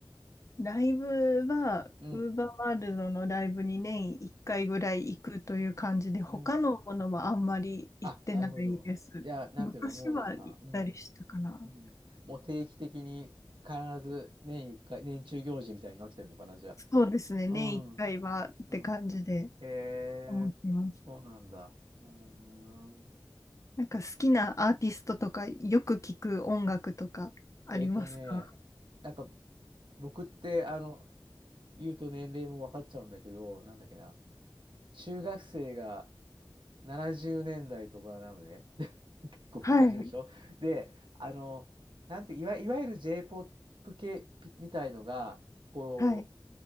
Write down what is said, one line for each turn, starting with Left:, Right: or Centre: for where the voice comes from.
Left: ライブは、
Right: うん、
Left: ウーバーワールドのライブに年1回ぐらい行くという感じで、他のものはあんまり行ってないです。
Right: うん。あ、なるほど。じゃあ、なんていうか、
Left: 昔は行ったりしたかな。
Right: もうなんか、うん。うん。もう定期的に必ず年一回、年中行事みたいになってんのかな、じゃ
Left: そうですね、
Right: あ。
Left: 年1回はって感じで
Right: うん。うん。へえ、
Left: 思ってます。
Right: そうなんだ。うん。
Left: なんか好きなアーティストとか、よく聞く音楽とかありますか
Right: えーとね、なんか、僕って、あの、言うと年齢も分かっちゃうんだけど、なんだっけな。中学生が70年代とかなのね。<laughs> 結構昔でしょで、
Left: はい、
Right: あの、なんて、いわ、いわゆる J-POP 系みたいのが、こ
Left: はい、